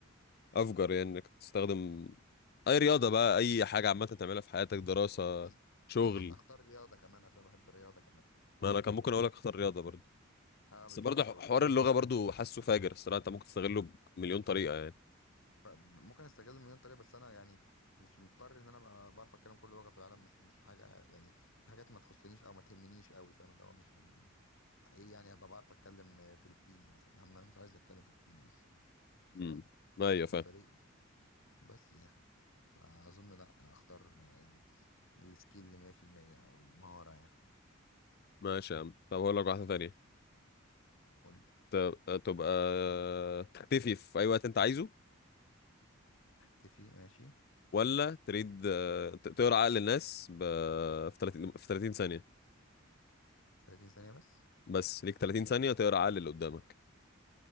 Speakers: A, on the left (about 45°); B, on the left (about 65°).
A: افجر يعني انك تستخدم اي رياضه
B: بالظبط
A: بقى اي حاجه عامه تعملها في حياتك دراسه
B: أظ...
A: شغل
B: اظن اختار رياضه كمان عشان بحب الرياضه كمان
A: ما انا كان ممكن اقول لك اختار رياضه برضه
B: اه
A: بس
B: بالظبط
A: برضه ح- حوار اللغه برضه حاسه فاجر الصراحه انت ممكن تستغله بمليون طريقه يعني
B: ممكن استغل مليون طريقه بس انا يعني مش مضطر ان انا ابقى بعرف اتكلم كل لغه في العالم مش مش حاجه يعني في حاجات ما تخصنيش او ما تهمنيش قوي فاهم اللي هو مش من ايه يعني هبقى بعرف اتكلم آه، فلبيني مثلا يا عم انا مش عايز اتكلم فلبيني اصلا فاهم
A: امم ايوه فاهم
B: مش فارق لي. بس يعني فاظن لا اختار آه، ال- السكيل اللي 100% او المهاره يعني
A: ماشي يا عم طب هقول لك واحده تانية
B: قول
A: ت- تبقى تختفي في اي وقت انت عايزه
B: اختفي ماشي
A: ولا تريد آه، ت- تقرا عقل الناس ب... في 30 في 30 ثانية
B: في 30 ثانيه بس
A: بس ليك 30 ثانية تقرا عقل اللي قدامك